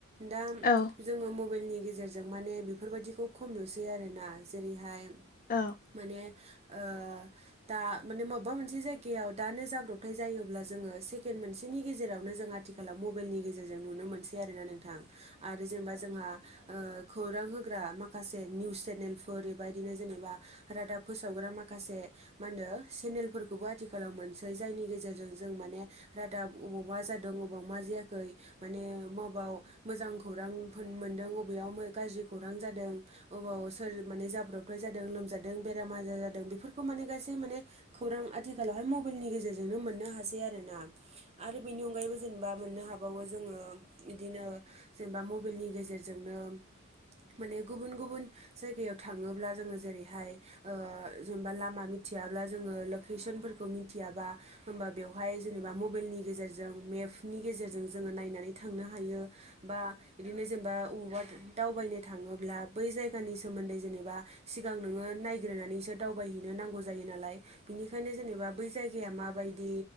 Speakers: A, on the right (about 30°); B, on the left (about 40°).
A: दा
B: औ
A: जोङो मबाइलनि गेजेरजों माने बेफोरबायदिखौ खम नुसै आरोना। जेरैहाय
B: औ औ। औ
A: माने ओ दा माने मा मबेबा मोनसे जायगायाव दानो जाब्रबथाय जायोब्ला जोङो सेकेणड मोनसेनि गेजेरावनो जों आथिखालाव आथिखालाव मबाइलनि गेजेरजों नुनो मोनसै आरोना नोंथां आरो जेनेबा जोंहा ओ‌खौरां होग्रा माखासे निउस चेनेलफोर बेबदिनो जेनेबा रादाब फोसावग्रा माखासे मा होनो सेनेल फोरखौबो आथिखालाव मोनसै जायनि गेजेरजों जों माने रादाब अबाव मा जादों अबाव मा जायाखै माने माबेयाव मोजां खौरां मोनदों बबेयाव गाज्रि खौरां जादों। अबाव सोर माने जाब्रबथाय जादों लोमजादों बेराम आजार जादों बेफोरखौ माने गासै माने। खौरां आथिखालावहाय मबाइलनि गेजेरजोंनो मोननो हासै आरोना आरो बेनि अनगायैबो जेनेबा मोननो हागौ। बावो जोङो बिदिनो जेनेबा मबाइलनि गेजेरजोंनो। माने गुबुन गुबुन जायगायाव थाङोब्ला जोङो जेरैहाय जेनेबा लामा मिथियाब्ला। जोङो लकेसनफोरखौ मिथियाबा होमबा बेवहाय जेनेबा मबाइलनि गेजेरजों मेप बि नि गेजेरजों जोङो नायनानै थांनो हायो बा बिदिनो जेनेबा बबावबा। दावबायनो थाङोब्ला बै जायगानि सोमोन्दै जेनेबा सिगां नोङो नायग्रोननानैसो दावबायहैनो नांगौ जायो नालाय। बिनिखायनो जेनेबा बै जायगाया माबायदि